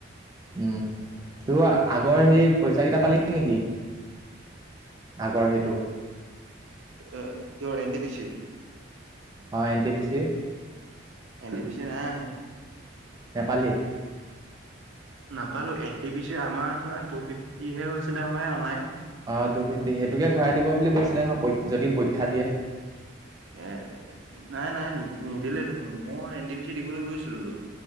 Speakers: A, on the right (about 20°); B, on the right (about 70°).
A: উম, তোৰ আগৰ সেই পইচা কিটা পালি নেকি? আগৰ সেইটো।
B: এ, কিহৰ এন টি পি চিৰ?
A: অ', এন টি পি চিৰ?
B: এন্টি পি ছিৰ নাই।
A: নেপালি?
B: নাপালোঁ‌, এনটি পি চিৰ আমাৰ কিমান, টু ফিফটিহে হৈছিলে হপায় অনলাইন।
A: অ', টু ফিফটি, সেইটোকে ঘূৰাই দিব বুলি কৈছিলে নহয় প যদি পৰীক্ষা দিয়ে।
B: এ, নাই নাই, নি-নিদিলে দেখোন, মই এন টি পি চি দিবলৈ গৈছিলোঁ টো।